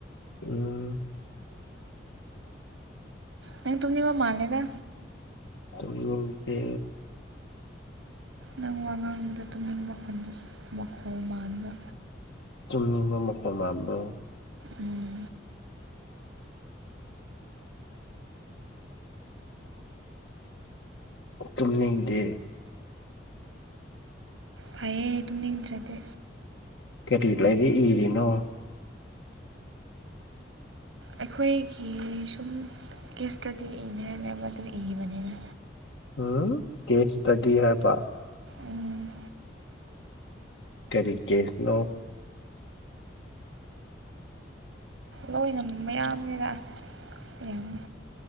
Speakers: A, on the left; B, on the right.
A: ꯎꯝ
B: ꯅꯪ ꯇꯨꯝꯅꯤꯡꯕ ꯃꯥꯥꯜꯂꯦꯗ
A: ꯇꯨꯝꯅꯤꯡꯗꯦ
B: ꯅꯪ ꯋꯥ ꯉꯥꯡꯕꯗ ꯇꯨꯝꯅꯤꯡꯕ ꯈꯣꯟ ꯃꯈꯣꯜ ꯃꯥꯟꯕ
A: ꯇꯨꯝꯅꯤꯡꯕ ꯃꯈꯣꯟ ꯃꯥꯟꯕ꯭ꯔꯣ
B: ꯎꯝ
A: ꯇꯨꯝꯅꯤꯡꯗꯦ
B: ꯐꯩꯌꯦ ꯇꯨꯝꯅꯤꯡꯗ꯭ꯔꯗꯤ
A: ꯀꯔꯤ ꯂꯩꯔꯤꯛ ꯏꯔꯤꯅꯣ
B: ꯑꯩꯈꯣꯏꯒꯤ ꯁꯨꯝ ꯀꯦꯁꯇꯗꯤ ꯏꯅꯉꯥꯏꯅꯦ ꯑꯗꯨ ꯏꯕꯅꯤꯗ
A: ꯎꯝ ꯀꯦꯁꯇꯗꯤ ꯍꯥꯏ ꯄ
B: ꯎꯝ
A: ꯀꯔꯤ ꯀꯦꯁ ꯅꯣ
B: ꯂꯣꯏꯅ ꯃꯌꯥꯝꯅꯤꯗ ꯌꯥꯝ